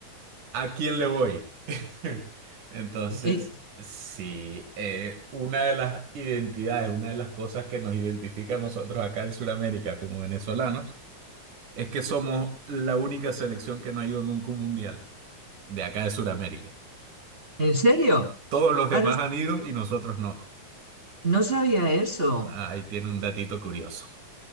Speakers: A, on the right; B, on the right.
A: ¿A quién le voy? <laughs> Entonces,
B: Eh,
A: sí, eh, una de las identidades, una de las cosas que nos identifica a nosotros acá en Sudamérica como venezolanos Es que somos la única selección que no ha ido nunca a un mundial de acá de Sudamérica.
B: ¿En serio?
A: Todos los demás
B: Ah, no,
A: han ido y nosotros no.
B: no sabía eso.
A: Ah, Ahí tiene un datito curioso.